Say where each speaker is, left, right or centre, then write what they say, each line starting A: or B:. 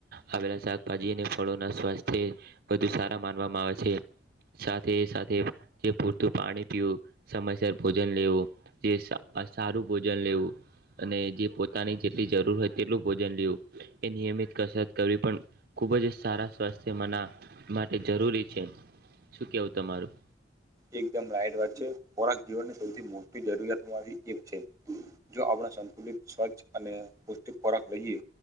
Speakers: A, on the right; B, on the right.
A: આવેલા શાકભાજી ને ફળો ના સ્વાસ્થ્ય વધુ સારા માનવામાં આવે છે સાથે સાથે જે પૂરતું પાણી પીવું સમયસર ભોજન લેવું જે સા સારું ભોજન લેવું. અને જે પોતાની જેટલી જરૂર હોય તેટલું ભોજન લેવું એ નિયમિત કસરત કરવી પણ ખુબ જ સારા સ્વાસ્થ્ય મના માટે જરૂરી છે શું કેવું તમારું?
B: એકદમ રાઈટ વાત છે, ખોરાક જીવનની સૌથી મોટી જરૂરિયાત માહીએક છે. જો આપણા સંતુલિત સ્વચ્છ અને પૌષ્ટિક ખોરાક લઈએ